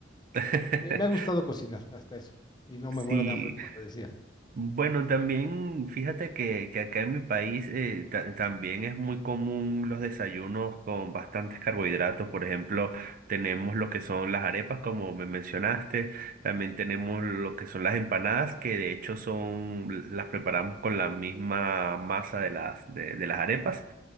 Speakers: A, on the right; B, on the left.
A: <laughs>
B: Me, me ha gustado cocinar hasta eso, y no me muero
A: Sí,
B: de hambre, como te decía.
A: Bueno, también fíjate que, que acá en mi país eh, ta- también es muy común los desayunos con bastantes carbohidratos. Por ejemplo, tenemos lo que son las arepas, como me mencionaste. También tenemos lo que son las empanadas, que de hecho son, las preparamos con la misma masa de las, de de las arepas.